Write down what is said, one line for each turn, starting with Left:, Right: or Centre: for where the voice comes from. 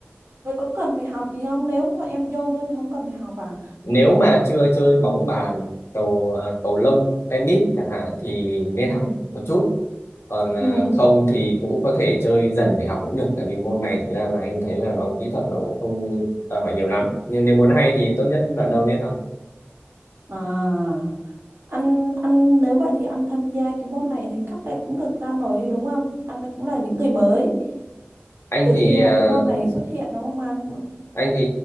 Right: Vậy có cần phải học gì không Nếu mà em vô luôn thì không cần phải học à
Left: nếu mà chưa chơi bóng bàn cầu à, cầu lông tennis chẳng hạn thì nên
Right: Ừ
Left: học một chút còn à,
Right: Ừ.
Left: không thì cũng có thể chơi dần để học cũng được tại vì môn này thực ra là anh thấy là nó kỹ thuật nó cũng không đòi hỏi nhiều lắm nhưng nếu muốn hay thì tốt nhất đoạn đầu nên học
Right: À Anh anh nếu vậy thì anh tham gia cái môn này Thì cách đây cũng được năm rồi chứ, đúng không Anh cũng là những người mới
Left: anh
Right: Từ
Left: thì
Right: khi mà
Left: à,
Right: cái môn
Left: ừ,
Right: này xuất hiện đúng không anh
Left: anh thì